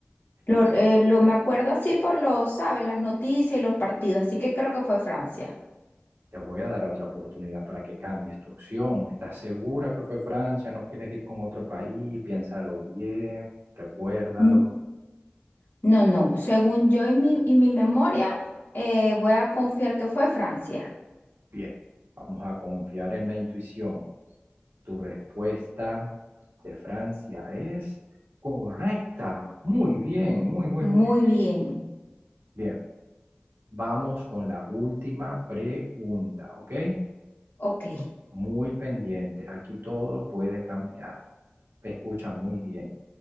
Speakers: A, on the right; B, on the left.
A: Estás
B: Lo, eh, lo- me acuerdo así por los, ¿sabes? Las noticias y los partidos, así que creo que fue Francia.
A: Te voy a dar otra oportunidad para que cambies tu opción. ¿Estás segura que fue Francia? ¿No quieres ir con otro país? Piénsalo bien, recuérdalo.
B: N- No, no, según yo y mi, y mi memoria, eh, voy a confiar que fue Francia.
A: Bien, vamos a confiar en la intuición. Tu respuesta de Francia es correcta. Muy bien, muy, muy,
B: Muy
A: muy bien.
B: bien,
A: Bien, vamos con la última pregunta, ¿ok?
B: ok.
A: muy pendiente. Aquí todo puede cambiar. Escucha muy bien.